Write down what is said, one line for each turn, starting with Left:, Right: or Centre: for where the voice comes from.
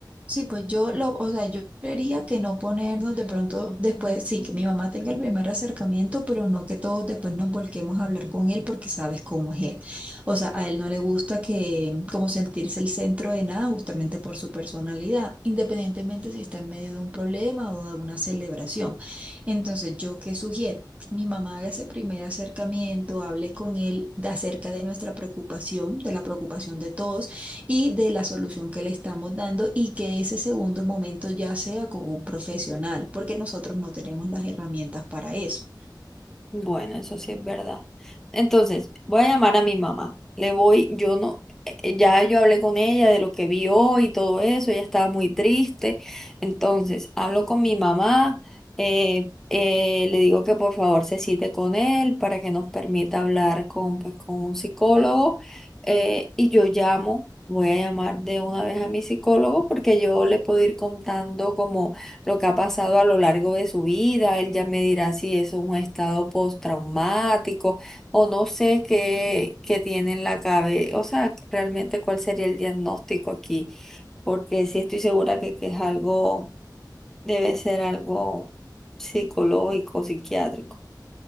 Right: Sí, pues yo lo, o sea, yo creería que no ponernos de pronto después, sí, que mi mamá tenga el primer acercamiento, pero no que todos después nos volquemos a hablar con él porque sabes cómo es él. O sea, a él no le gusta que como sentirse el centro de nada justamente por su personalidad, independientemente si está en medio de un problema o de una celebración. Entonces, ¿yo qué sugiero? Mi mamá haga ese primer acercamiento, hable con él de- acerca de nuestra preocupación, de la preocupación de todos y de la solución que le estamos dando y que ese segundo momento ya sea con un profesional, porque nosotros no tenemos las herramientas para eso.
Centre: Bueno, eso sí es verdad. Entonces, voy a llamar a mi mamá. Le voy, yo no, eh, ya yo hablé con ella de lo que vio y todo eso, ella estaba muy triste. Entonces, hablo con mi mamá, eh, eh, le digo que por favor se cite con él para que nos permita hablar con, pues, con un psicólogo. eh, y yo llamo, voy a llamar de una vez a mi psicólogo porque yo le puedo ir contando como lo que ha pasado a lo largo de su vida. Él ya me dirá si eso es un estado postraumático o no sé qué, qué tiene en la cabeza. O sea, realmente cuál sería el diagnóstico aquí, porque sí estoy segura que, que es algo, debe ser algo psicológico, psiquiátrico.